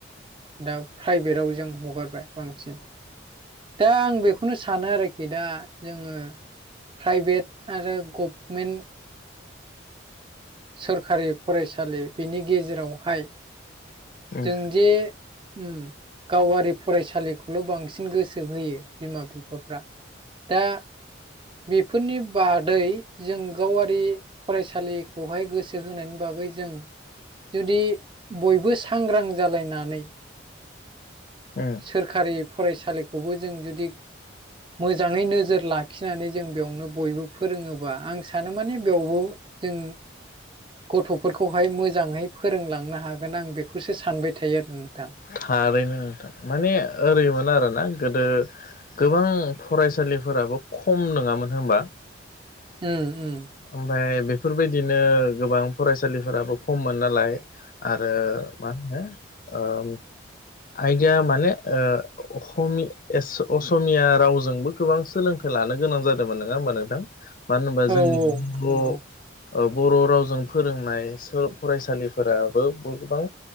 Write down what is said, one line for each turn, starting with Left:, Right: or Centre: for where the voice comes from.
Right: दा प्राइभेटाव जों हगारबाय बांसिन दा आं बेखौनो सानो आरोखि दा जोङो प्राइभेट आरो गभमेन्ट सोरखारि फरायसालि बिनि गेजेरावहाय
Left: उम
Right: जोंदि उम गावारि फरायसालिखौल' बांसिन गोसो होयो। बिमा बिफाफ्रा दा बेफोरनि बादै जों गावारि फरायसालिखौहाय गोसो होनायनि बागै जों जुदि बयबो सा सांग्रां जालायनानै
Left: उम
Right: सोरखारि फरायसालिखौबो जों जुदि मोजाङै नोजोर लाखिनानै जों बेयावनो बयबो फोरोङोबा आं सानो माने बेयावबो जों गथ'फोरखौहाय मोजाङै फोरोंलांनो हागोन आं बेखौसो सानबाय थायो आरो नोंथां।
Left: थारैनोथां माने ओरैमोन आरोना गोदो गोबां फरायसालिफोराबो खम नङामोन हबा?
Right: ओं उम
Left: ओमफ्राय बेफोरबायदिनो गोबां फरायसालिफोराबो खममोन नालाय आरो मा होनो ओम आयदाया माने ओ अखमि एस असमिया रावजोंबो गोबां सोलों थाइ लानो गोनां जादोंमोन नङा होमबा नोंथां मानो होनबा
Right: ओ
Left: जोंनि'ब
Right: औ नंगौ
Left: ओ बर' रावजों फोरोंनाय सो फरायसालिफोराबो गोबां